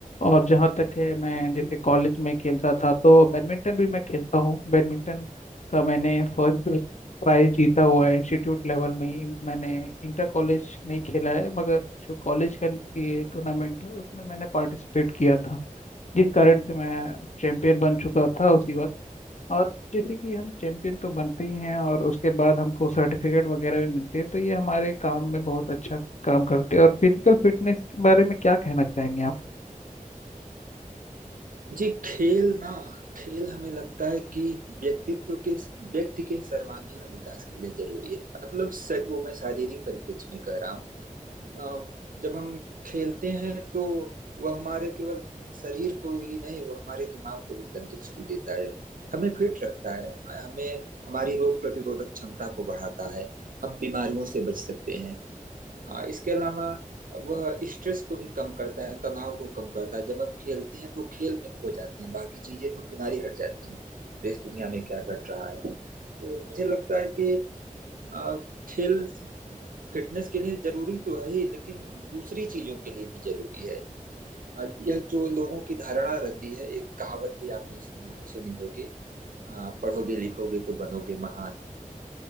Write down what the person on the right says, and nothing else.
जी खेल ना खेल हमें लगता है कि व्यक्तित्व के व्यक्ति के सर्वांगीण विकास के लिए जरूरी है मतलब सर, वो मैं शारीरिक परिप्रेक्ष्य में कह रहा हूँ अम, जब हम खेलते हैं तो वह हमारे केवल शरीर को ही नहीं वह हमारे दिमाग को भी तंदुरुस्ती देता है हमें फिट रखता है हमें हमें- हमारी रोग प्रतिरोधक क्षमता को बढ़ाता है हम बीमारियों से बच सकते हैं हाँ इसके अलावा वह स्ट्रेस को भी कम करता है तनाव को कम करता है जब हम खेलते हैं तो खेल में खो जाते हैं बाकी चीजें तो किनारे हट जाती हैं देश दुनिया में क्या घट रहा है तो मुझे लगता है कि अ, खेल फिटनेस के लिए जरूरी तो है ही लेकिन दूसरी चीजों के लिए भी जरूरी है अ, यह जो लोगों की धारणा रहती है एक कहावत भी आपने सुनो सुनी होगी अ, पढ़ोगे लिखोगे तो बनोगे महान